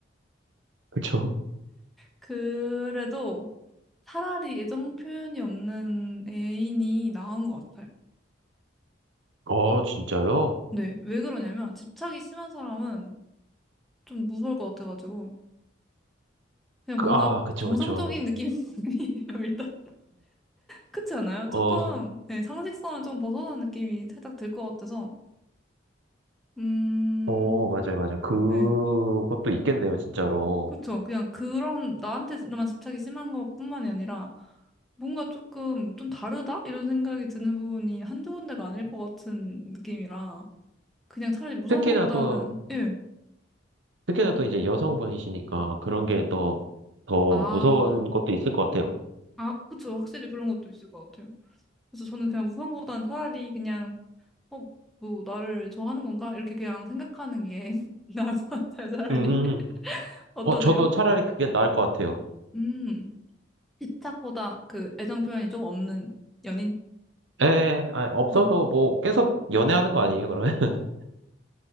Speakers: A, on the right (about 75°); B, in the centre.
A: 그쵸.
B: 그래도 차라리 애정 표현이 없는 애인이 나은 것 같아요.
A: 어, 진짜요?
B: 네, 왜 그러냐면 집착이 심한 사람은 좀 무서울 것 같아가지고 그냥
A: 그,
B: 뭔가
A: 아, 그쵸,
B: 정상적인
A: 그쵸.
B: 느낌이 <laughs> 아니에요, 일단. 그렇지 않아요?
A: 어,
B: 조금 네, 상식선을 좀 벗어난 느낌이 살짝 들 것 같아서 음,
A: 어, 맞아요, 맞아요. 그것도
B: 네.
A: 있겠네요, 진짜로.
B: 그쵸. 그냥 그런 나한테만 집착이 심한 것뿐만이 아니라 뭔가 조금 좀 다르다? 이런 생각이 드는 부분이 한두 군데가 아닐 것 같은 느낌이라 그냥 차라리 무서운
A: 특히나
B: 것보다는
A: 또,
B: 예.
A: 특히나 또 이제 여성분이시니까 그런 게 또 더
B: 아,
A: 무서운 것도 있을 것 같아요.
B: 아, 그쵸. 확실히 그런 것도 있을 것 같아요. 그래서 저는 그냥 무서운 것보다는 차라리 그냥 어, 뭐 나를 좋아하는 건가? 이렇게 그냥 생각하는 게 <laughs> 나을 것 같아요. 차라리.
A: 음.
B: <laughs> 어떠세요?
A: 어, 저도 차라리 그게 나을 것 같아요.
B: 음. 집착보다 그 애정 표현이 좀 없는 연인?
A: 예, 아, 없어도
B: 어.
A: 뭐 계속 연애하는 거 아니에요, 그러면? <laughs>